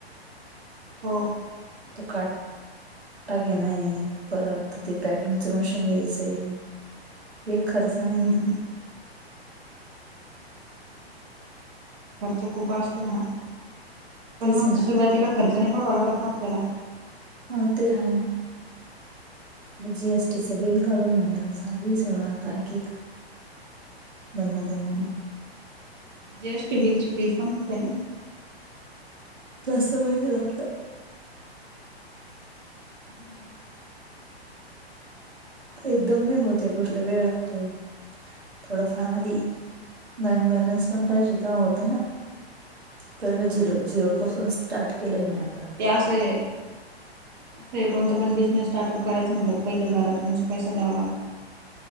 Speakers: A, on the right (about 45°); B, on the right (about 75°).
A: हो.
B: तो काट टा घेना ये, परत ते पॅकिंगच मशीन घ्यायचंय. एक खर्च नाही
A: हम्म
B: ये.
A: हम्म खर्च खूप असतो म्हणा, पण
B: तेच
A: मग
B: आहे ना
A: सुरुवातीला खर्च नाही बघावा लागत ना आपल्याला.
B: हो ते आहेय, जी एस टी च बिल काडू म्हणलं, झाली सगळं आता एक एक दमा दम
A: जी एस टी बिलची फीज पण खुपे ना?
B: जास्त पैसे हे लागतात.
A: हम हम.
B: एकदम नाही होत्या गोष्टीला वेळ लागतो, थोडफार आधी
A: हो ते तर
B: बँक
A: आहेच
B: बॅलन्स पण पाहिजे तेव्हा होत ना, कारण का झिरो -झिरो पासून स्टार्ट
A: ना.
B: केलंय मी आज.
A: ते आस ये असं आहे कोणता पण बिझनेस स्टार्टअप करायचं म्हणलं पहिले घरातूनच पैसा द्यावा लागतो.